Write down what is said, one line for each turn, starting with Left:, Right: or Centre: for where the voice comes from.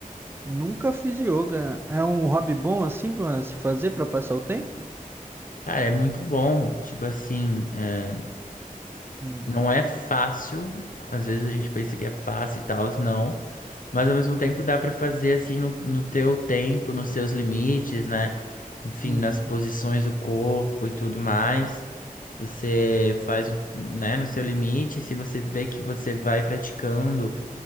Right: Nunca fiz yoga. É um hobby bom assim pra se fazer pra passar o tempo?
Left: Cara, é muito bom. Tipo assim, é,
Right: Hum.
Left: Não é fácil, às vezes a gente pensa que é fácil e tal, não. Mas ao mesmo tempo dá pra fazer assim no, no teu tempo, nos seus limites, né? Enfim,
Right: Uhum.
Left: nas posições do corpo e tudo mais. Você faz, né, no seu limite. Se você vê que você vai praticando